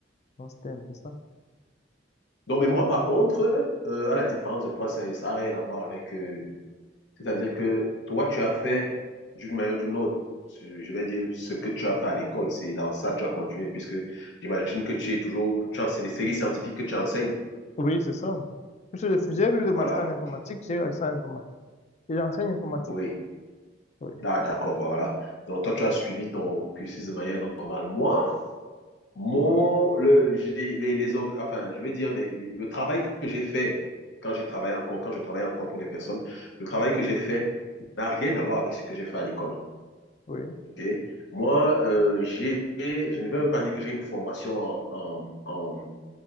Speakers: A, on the left (about 40°); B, on the left (about 75°).
A: Donc, c'était un peu ça.
B: Non, mais moi, par contre, euh, à la différence de toi, ça n'a rien à voir avec euh, C'est-à-dire que toi, tu as fait d'une manière ou d'une autre, tu- je vais dire, ce que tu as fait à l'école, c'est dans ça que tu as continué, puisque j'imagine que tu es toujours, tu en- c'est les séries scientifiques que tu enseignes.
A: Oui, c'est ça. Plus je fais- plus de
B: Voilà,
A: master en informatique,
B: ok.
A: j'ai eu le master en informatique. Et j'enseigne informatique.
B: Oui,
A: Oui,
B: Ah, d'accord, bah, voilà. Donc, toi, tu as suivi ton cursus de manière normale. Moi, mon, le, j'ai- les, les, org- enfin, je vais dire, les- les- le travail que j'ai fait quand j'ai travaillé encore, quand je travaillais encore pour des personnes, le travail que j'ai fait n'a rien à voir avec ce que j'ai fait à l'école.
A: oui,
B: ok Moi, euh, j'ai, je ne vais même pas dire que j'ai une formation en, en, en,